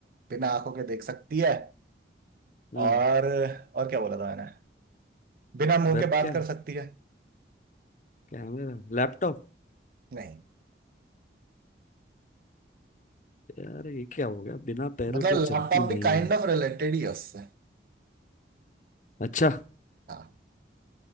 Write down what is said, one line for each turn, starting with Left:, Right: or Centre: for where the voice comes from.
Right: बिना आंखों के देख सकती है
Left: हम्म
Right: और और क्या बोला था मैंने बिना मुंह
Left: Webcam
Right: के बात कर सकती है
Left: camera laptop
Right: नहीं
Left: यार ये क्या हो गया बिना पैरों
Right: मतलब
Left: के चलती
Right: लैपटॉप
Left: नहीं
Right: भी काइंड
Left: है
Right: ऑफ रिलेटेड ही है उससे
Left: अच्छा
Right: हाँ